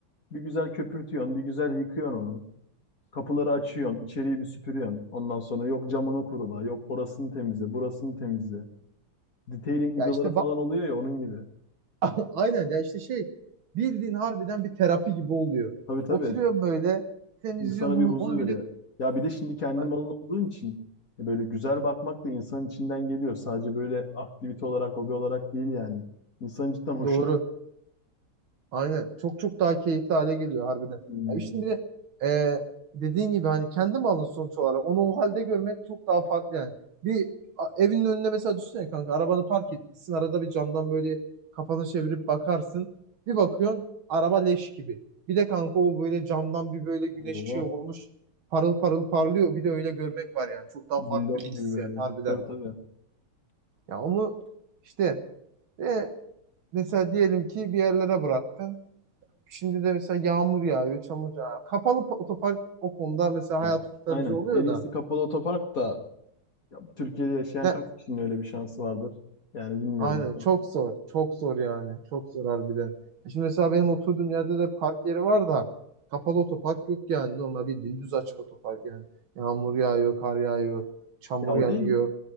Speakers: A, on the left; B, on the right.
A: Bir güzel köpürtüyorsun, bir güzel yıkıyorsun onu. Kapıları açıyorsun, içeriği bir süpürüyorsun. Ondan sonra yok camını kurula, yok orasını temizle, burasını temizle. Detailing
B: Ya
A: videoları
B: işte
A: falan oluyor ya onun gibi.
B: <laughs> Aynen ya işte şey bildiğin harbiden bir terapi gibi oluyor.
A: Tabii tabii.
B: Oturuyorum böyle temizliyorum
A: İnsana bir huzur
B: onu bir
A: veriyor.
B: de
A: Ya bir de şimdi kendi
B: Ay,
A: malın olduğun için e, böyle güzel bakmak da insanın içinden geliyor. Sadece böyle aktivite olarak, hobi olarak değil yani. İnsanın cidden hoşuna
B: doğru. Aynen. Çok çok daha keyifli hale geliyor harbiden.
A: gidiyor.
B: Ya şimdi bir de e, dediğin gibi hani kendi malın sonuç olarak onu o halde görmek çok daha farklı yani. Bir a- evinin önüne mesela düşünsene kanka arabanı park etmişsin. Arada bir camdan böyle kafanı çevirip bakarsın. Bir bakıyorsun araba leş gibi. Bir de kanka o böyle camdan bir böyle güneş
A: Oo,
B: ışığı vurmuş. Parıl parıl parlıyor. Bir de öyle görmek var yani. Çok daha
A: cillop
B: farklı bir hissiyat
A: gibi böyle.
B: harbiden.
A: Tabii tabii.
B: Ya onu işte e, mesela diyelim ki bir yerlere bıraktın. Şimdi de mesela yağmur yağıyor, çamur yağıyor. Kapalı pa- otopark o konuda mesela
A: Yani
B: hayat kurtarıcı
A: aynen.
B: oluyor
A: En iyisi
B: da.
A: kapalı otopark da Ya, Türkiye'de yaşayan
B: Ne?
A: kaç kişinin öyle bir şansı vardır? Yani bilmiyorum.
B: Aynen
A: Zor.
B: çok zor. Çok zor yani. Çok zor harbiden. E Şimdi mesela benim oturduğum yerde de park yeri var da kapalı otopark yok yani. Normal bildiğin düz açık otopark yani. Yağmur yağıyor, kar yağıyor, çamur
A: Ya o
B: yağıyor.
A: değil.